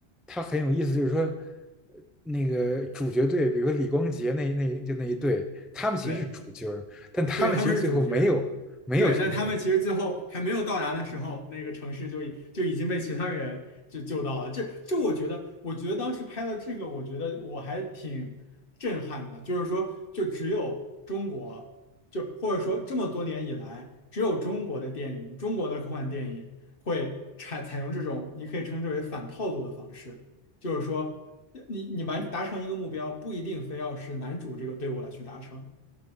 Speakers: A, in the centre; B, on the left.
A: 它很有意思，就是说呃那个主角队，比如说李光洁那那就那一队，他们其实是主角但他们其实最后没有没有成功，
B: 对对，他们是主角。对，但他们其实最后还没有到达的时候，那个城市就已就已经被其他人就救到了。这这，我觉得，我觉得当时拍到这个，我觉得我还挺震撼的。就是说，就只有中国，就或者说这么多年以来，只有中国的电影，中国的科幻电影会采采用这种你可以称之为反套路的方式，就是说，你你完达成一个目标，不一定非要是男主这个队伍来去达成。